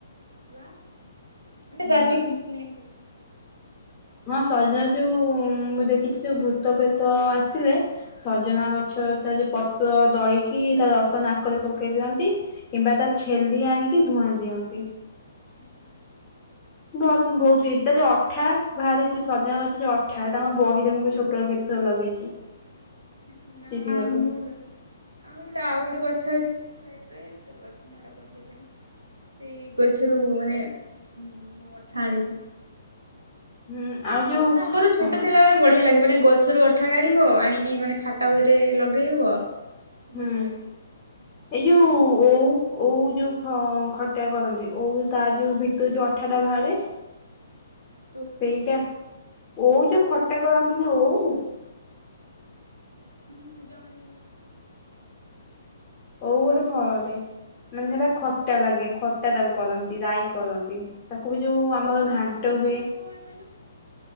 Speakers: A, on the right (about 75°); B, on the left (about 25°).
A: <unintelligible>
B: ହୁଁ। ହଁ ସଜନା ଯୋଉ ମୁଁ ଦେଖିଛି ଯୋଉ ଭୂତ ପେତ ଆସିଲେ ସଜନା ଗଛ ତ ତା ଯୋଉ ପତ୍ର ଦଳିକି ତା ରସ ନାକରେ ପକେଇ ଦିଅନ୍ତି। କିମ୍ବା ତା ଛେଲି ଆଣିକି ଧୂଆଁ ଦିଅନ୍ତି।
A: ଆଜ୍ଞା।
B: ବହୁତ ବହୁତ ଇଏ ତାର ଯୋଉ ଅଠା ବାହାରେ ଯୋଉ ସଜନା ଗଛ ଯୋଉ ଅଠା ତାକୁ ଆମେ ବହିରେ ମୁଁ ବି ଛୋଟ ବେଳେ କେତେ ଥର ଲଗେଇଛି।
A: <inaudible> ନା
B: ଚିରିଗଲେ
A: ମୁଁ ଲଗେଇଛି ଆହୁରି ଗୋଟେ ଆଉ ଗୋଟେ ଗଛ ଅଛି ସେ ସାଇଟ୍ ରେ ସେ ଗଛ <unintelligible> <unintelligible> ସେ ଗଛରୁ ମାନେ ମୁଁ ଅଠା ଆଣିଛି।
B: ହୁଁ ଆଉ ଯୋଉ
A: ଆଗୁରୁ ଛୋଟ
B: ହୁଁ
A: ଥିଲାବେଳେ ବଢିଆ ଲାଗେ ମାନେ, ଗଛ ଗଛୁରୁ ଅଠା କାଢ଼ିବ ଆଣିକି ମାନେ ଖାତା ବହିରେ ଲଗେଇବ। ବଢିଆ
B: ହୁଁ।
A: ଲାଗେ
B: ଏଇ ଯୋଉଁ ଓଉ ଯୋଉଁ ଅଁ ଖଟା କରନ୍ତି ଓଉ ତା ଯୋଉଁ ବିଟ ତା ଯୋଉଁ ଅଠା ଟା ବାହାରେ
A: <inaudible>
B: ସେଇଟା ଓଉ ଯୋଉଁ ଖଟା କରନ୍ତି ନାଁ ଓଉ-
A: ହୁଁ ଜାଣିଛି
B: ଓଉ ଗୋଟେ ଫଳଟେ ମାନେ ସେଟା ଖଟା ଲାଗେ ଖଟା ତାକୁ କରନ୍ତି ରାଇ କରନ୍ତି। ତାକୁ ବି ଯୋଉଁ ଆମର
A: କେମି
B: ଘାଣ୍ଟ
A: କେମିତି
B: ହୁଏ।
A: ଦେଖା କହିଲ?